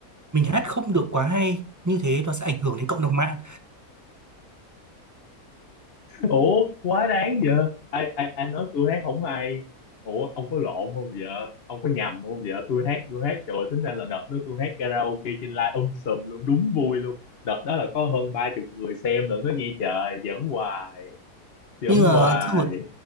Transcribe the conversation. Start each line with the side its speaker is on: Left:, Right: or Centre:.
Right: mình hát không được quá hay như thế nó sẽ ảnh hưởng đến cộng đồng mạng.
Left: ủa quá đáng vợ ai ai ai nói tôi hát không hay ủa ông có lộn không vợ ông có nhầm không vợ tôi hát tôi hát trời tính ra là đợt đó tôi hát karaoke trên live um sùm luôn đúng vui luôn đợt đó là có hơn ba chục người xem nữa nó nghe trời giỡn hoài giỡn
Right: Nhưng mà
Left: hoài
Right: Sơn có,